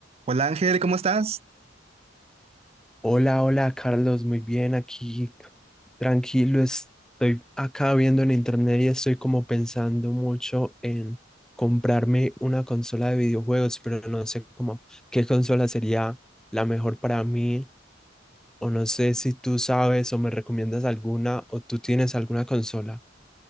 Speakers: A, on the right (about 35°); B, in the centre.
A: Hola Ángel, ¿cómo estás?
B: Hola, hola Carlos, muy bien aquí, tranquilo, estoy acá viendo en internet y estoy como pensando mucho en comprarme una consola de videojuegos, pero no sé cómo qué consola sería la mejor para mí, o no sé si tú sabes o me recomiendas alguna o tú tienes alguna consola.